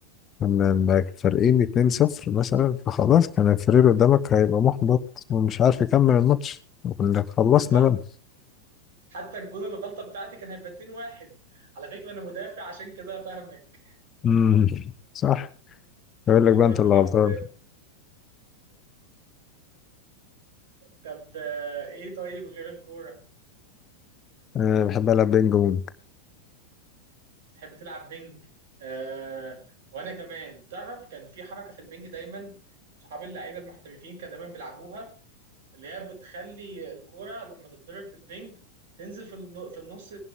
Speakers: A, on the left; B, on the right.
A: كنا لما فارقين 2-0 مثلا فخلاص كان الفريق اللي قدامك هيبقى محبط ومش عارف يكمل الماتش وكنا خلصنا
B: بالظبط
A: بقى
B: حتى الجون الغلطه بتاعتي كان هيبقى 2-1 على فكره انا مدافع عشان كده فاهمك
A: امم صح يقول
B: انا
A: لك بقى
B: برضه
A: انت اللي
B: العب
A: غلطان
B: مدافع طب آه، ايه طيب غير الكوره
A: انا بحب العب بينج بونج
B: بتحب تلعب بينج آه وانا كمان تعرف كان في حركه في البينج دايما صحاب اللعيبه المحترفين كانوا دايما بيلعبوها اللي هي بتخلي الكورة لما تتضرب بالبنج تنزل في الن- في النص